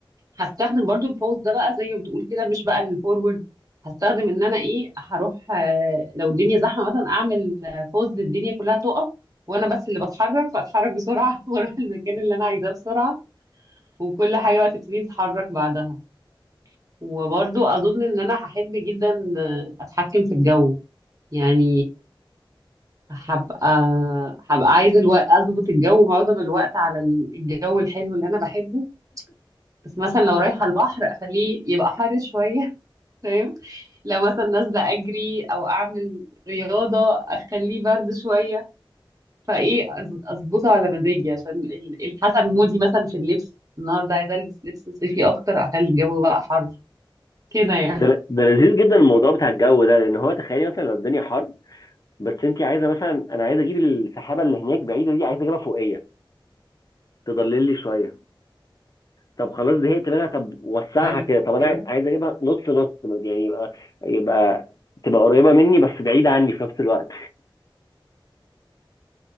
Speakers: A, on the right; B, on the left.
A: هستخدم برضو البوست ده بقى زي ما بتقول كده مش بقى الفورورد هستخدم ان انا ايه هروح آه، لو الدنيا زحمه مثلا اعمل بوست للدنيا كلها تقف وانا بس اللي بتحرك فاتحرك بسرعه <laughs> واروح المكان اللي انا عايزاه بسرعه وكل حاجه بقى تبتدي تتحرك بعدها وبرضو اظن ان انا هحب جدا اتحكم في الجو يعني هبقى هبقى عايزه الوقت اظبط الجو معظم الوقت على الجو الحلو اللي انا بحبه بس مثلا لو رايحه البحر اخليه يبقى حر شويه <laughs> فاهم لو مثلا نازله اجري او اعمل رياضه اخليه برد شويه فايه أز- اظبطه على مزاجي عشان ال- ال- حسب مودي مثلا في اللبس النهارده عايزه البس لبس صيفي اكتر اخلي الجو بقى حر كده يعني
B: ده ده لذيذ جدا الموضوع بتاع الجو ده لان هو تخيلي مثلا لو الدنيا حر بس انت عايزه مثلا انا عايز اجيب السحابه اللي هناك بعيده دي عايز اجيبها فوقيه تضلل لي شويه طب خلاص زهقت منها طب وسعها
A: <laughs>
B: كده طب انا
A: ايوه
B: عايز اجيبها نص نص يعني يبقى يبقى تبقى قريبه مني بس بعيده عني في نفس الوقت